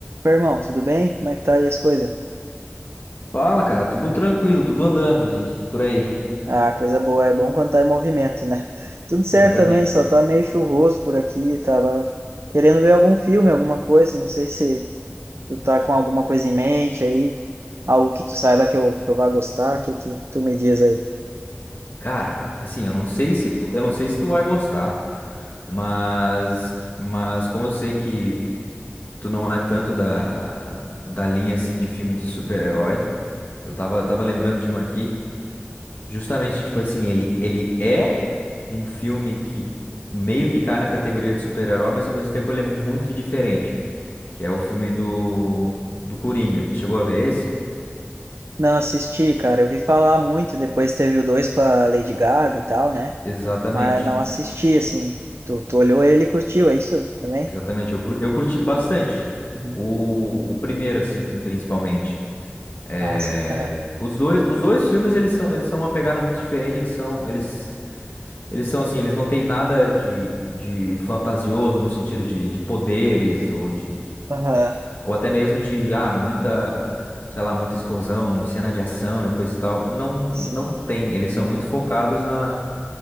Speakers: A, on the right; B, on the left.
A: Meu irmão, tudo bem? Como é que tá aí as coisas?
B: Fala, cara, tudo tranquilo, tudo andando e por aí.
A: Ah, coisa boa, é bom quando tá em movimento, né? <laughs> Tudo certo
B: <laughs> Exatamente.
A: também, só tá meio chuvoso por aqui, tava querendo ver algum filme, alguma coisa, não sei se tu tá com alguma coisa em mente aí, algo que tu saiba que eu, que eu vá gostar, o que que tu me diz aí?
B: Cara, assim, eu não sei se tu, eu não sei se tu vai gostar, mas mas como eu sei que tu não é tanto da da linha assim de filme de super-herói, eu tava eu tava lembrando de um aqui, justamente tipo assim, ele ele é um filme que meio que cai na categoria de super-herói, mas ao mesmo tempo ele é muito diferente, que é o filme do do Coringa. Chegou a ver esse?
A: Não assisti, cara, eu vi falar muito, depois teve o dois com a Lady Gaga e tal, né?
B: Exatamente.
A: Mas não assisti, assim, tu, tu olhou ele e curtiu, é isso também?
B: Exatamente, eu, cur- eu curti bastante.
A: Uhum.
B: O, o primeiro, assim, principalmente. É,
A: Ah, sim. Aham.
B: os dois, os dois filmes, eles são, eles são uma pegada muito diferente, eles são, eles, eles são assim, eles não têm nada de, de fantasioso no sentido de, de poderes ou de,
A: Aham.
B: ou até mesmo de, ah, muita, sei lá, muita explosão, cena de ação e coisa e tal. Não,
A: Sim.
B: não tem, eles são muito focados na,